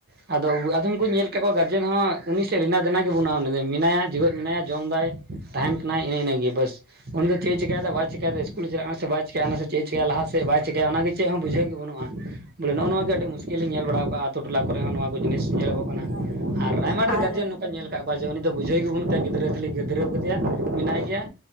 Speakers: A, on the right; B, on the left.
A: ᱟᱫᱚ ᱟᱫᱚᱢ ᱠᱚ ᱧᱮᱞ ᱜᱟᱨᱡᱮᱱ ᱦᱚᱸ ᱩᱱᱤ ᱥᱮᱫ ᱞᱮᱱᱟ ᱫᱮᱱᱟ ᱜᱮ ᱵᱟᱹᱱᱩᱜᱼᱟ ᱩᱱᱤ ᱢᱮᱱᱟᱭᱟ ᱡᱤᱣᱭᱮᱫ ᱢᱮᱱᱟᱭᱟ ᱡᱚᱢᱫᱟᱭ, ᱛᱟᱦᱮᱱ ᱠᱟᱱᱟᱭ ᱤᱱᱮ ᱤᱱᱟᱹᱜᱮ ᱵᱟᱥ᱾ ᱩᱱᱤ ᱫᱚ ᱪᱮᱫ ᱮ ᱪᱤᱠᱟᱭᱫᱟ ᱵᱟᱭ ᱪᱤᱠᱟᱹᱭᱫᱟ ᱥᱠᱩᱞ ᱮ ᱪᱟᱞᱟᱜᱼᱟ ᱠᱟᱱᱟ ᱥᱮ ᱵᱟᱭ ᱪᱤᱠᱟᱭᱟ ᱚᱱᱟᱥ ᱪᱤᱠᱟᱭᱟ ᱞᱟᱦᱟᱥᱮᱫ ᱵᱟᱭ ᱪᱤᱠᱟᱭᱭᱟ ᱚᱱᱟᱜᱮ ᱪᱮᱫ ᱦᱚᱸ ᱵᱩᱡᱷᱟᱹᱣ ᱜᱮ ᱵᱟᱹᱱᱩᱜᱼᱟ᱾ ᱵᱚᱞᱮ ᱱᱚᱜᱼᱚ ᱱᱚᱣᱟ ᱜᱮ ᱟᱹᱰᱤ ᱢᱩᱥᱠᱤᱞᱤᱧ ᱧᱮᱞ ᱵᱟᱲᱟᱣ ᱠᱟᱜᱼᱟ ᱟᱛᱳ ᱴᱚᱞᱟ ᱠᱚᱨᱮ ᱦᱚᱸ ᱱᱚᱣᱟ ᱠᱚ ᱡᱤᱱᱤᱥ ᱧᱮᱞᱚᱜᱚᱜ
B: ᱦᱮᱸ ᱦᱮᱸ
A: ᱟᱨ ᱟᱭᱢᱟ ᱰᱷᱮᱨ
B: ᱟᱨ
A: ᱜᱟᱨᱡᱮᱱ ᱱᱚᱝᱠᱟᱧ ᱧᱮᱞ ᱠᱟᱫ ᱩᱱᱤ ᱫᱚ ᱵᱩᱡᱷᱟᱹᱣ ᱜᱮ ᱵᱟᱹᱱᱩᱜ ᱛᱟᱭᱟ ᱜᱤᱫᱽᱨᱟᱹ ᱠᱷᱟᱹᱞᱤ ᱜᱤᱫᱽᱨᱟᱹᱣ ᱠᱟᱫᱮᱭᱟ ᱢᱮᱱᱟᱭ ᱜᱮᱭᱟ᱾